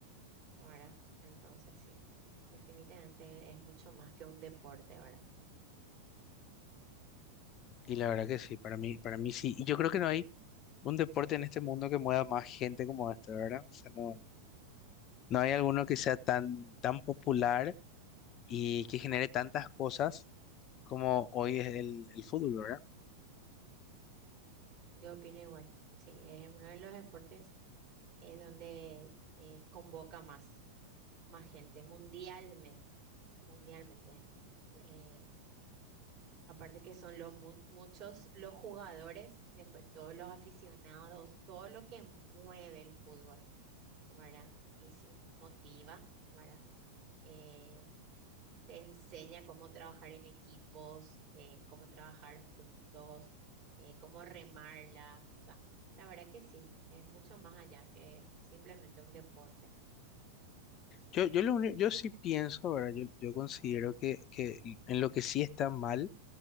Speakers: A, on the right (about 45°); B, on the left (about 35°).
A: ¿verdad? Entonces sí, definitivamente es mucho más que un deporte, ¿verdad?
B: Y la verdad que sí, para mí, para mí sí. Y yo creo que no hay un deporte en este mundo que mueva más gente como este, ¿verdad? O sea, no, no hay alguno que sea tan, tan popular y que genere tantas cosas como hoy es el, el fútbol, ¿verdad?
A: Yo opino igual, sí, es uno de los deportes eh, donde eh, convoca más, más gente mundialmente, mundialmente. Eh, aparte que son los mu- muchos los jugadores, después todos los aficionados, todo lo que mueve el fútbol, ¿verdad? Y sí, motiva, ¿verdad? Eh, te enseña cómo trabajar en equipos, eh, cómo trabajar juntos, eh, cómo remarla. O sea, la verdad que sí, es mucho más allá que simplemente un deporte
B: Yo, yo, lo único- yo sí pienso, ¿verdad? Yo, yo considero que, que en lo que sí está mal,